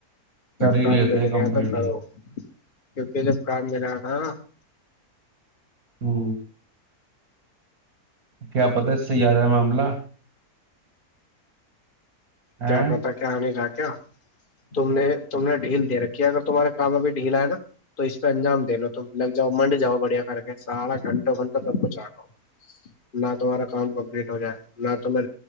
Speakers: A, on the right; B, on the left.
A: کر
B: جب
A: ہی
B: کام
A: لیتے
B: مل
A: ہیں کمپلیٹ
B: گیا تو کرو
A: ہی
B: کیونکہ جب کام کرلاا تھا نا <unintelligible>
A: ہوں <inaudible> کیا پتا ہے اس سےیارہ ہے معاملہ ہے
B: کیا پت کیا آ <unintelligible> ر کیا تم نے تم نے ڈھیل دے رکھی ہے اگر تمہارے کام ابھی ڈھیل ہے نا تو اس پہ انجام دے لو تم لگ جاؤ منڈ جاؤ بڑھیا کر کے سارا گھنٹوں گھنٹوں سب کو چاٹو نہ تمہارا کام کمپلیٹ ہو جائے نہ تمے